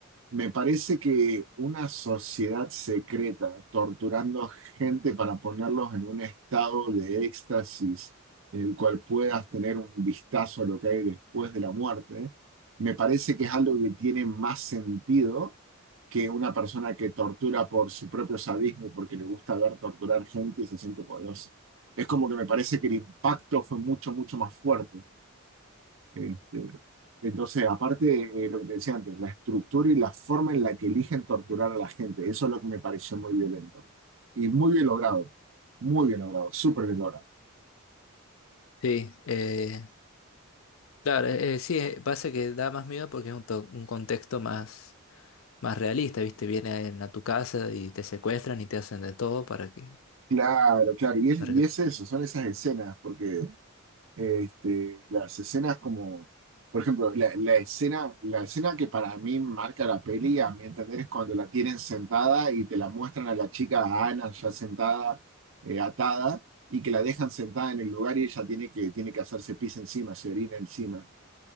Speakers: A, on the right; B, on the left.
A: me parece que una sociedad secreta torturando gente para ponerlos en un estado de éxtasis en el cual puedas tener un vistazo a lo que hay después de la muerte, me parece que es algo que tiene más sentido que una persona que tortura por su propio sadismo y porque le gusta ver torturar gente y se siente poderosa. Es como que me parece que el impacto fue mucho, mucho más fuerte. Este, entonces, aparte de lo que te decía antes, la estructura y la forma en la que eligen torturar a la gente, eso es lo que me pareció muy violento. Y muy bien logrado, muy bien logrado, súper bien logrado.
B: Sí, eh, claro, eh, sí, eh, pasa que da más miedo porque es un, to- un contexto más, más realista, ¿viste? Vienen a tu casa y te secuestran y te hacen de todo para que...
A: Claro, claro, y es,
B: Para
A: y
B: que...
A: es eso, son esas escenas, porque Este, las escenas como, por ejemplo, la, la escena, la escena que para mí marca la peli, a mi entender, es cuando la tienen sentada y te la muestran a la chica, a Ana, ya sentada, eh, atada, y que la dejan sentada en el lugar y ella tiene que, tiene que hacerse pis encima, se orina encima.